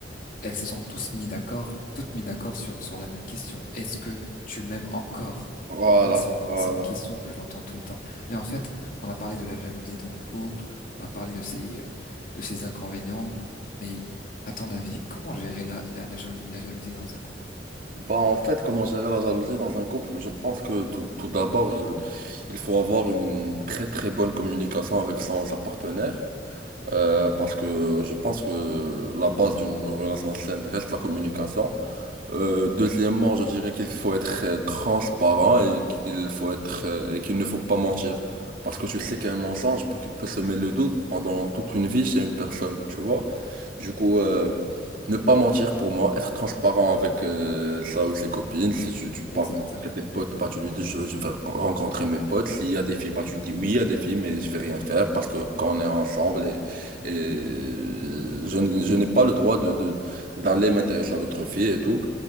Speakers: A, on the left (about 50°); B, on the right (about 50°).
A: elles se sont tous mis d'accord, toutes mis d'accord sur, sur la même question. Est-ce que tu m'aimes encore?
B: Voilà,
A: Ça, c'est une,
B: voilà.
A: c'est une question que j'entends tout le temps. Mais en fait, on a parlé de la jalousie dans le couple, on a parlé de ses, euh, de ses inconvénients, mais à ton avis, comment gérer la, la, la, joli- la jalousie dans un couple?
B: Bah, en fait, comment gérer la jalousie dans un couple? Je pense que tout, tout d'abord, il, il faut avoir une très très bonne communication avec son, sa partenaire. euh, parce que je pense que la base d'une relation saine reste la communication. Euh, deuxièmement, je dirais qu'il faut être euh, transparent et qu'il faut être euh, et qu'il ne faut pas mentir. Parce que tu sais qu'un mensonge peut, peut semer le doute pendant toute une vie chez une personne, tu vois. Du coup, euh, ne pas mentir pour moi, être transparent avec euh, sa ou ses copines. Si tu, tu pars
A: Exactement.
B: avec tes potes, bah tu lui dis je, je vais rencontrer mes potes. S'il y a des filles, bah tu dis oui, il y a des filles, mais je vais rien faire parce que quand on est ensemble et, et euh, je, n- je n'ai pas le droit de, de- d'aller m'intéresser à d'autres filles et tout.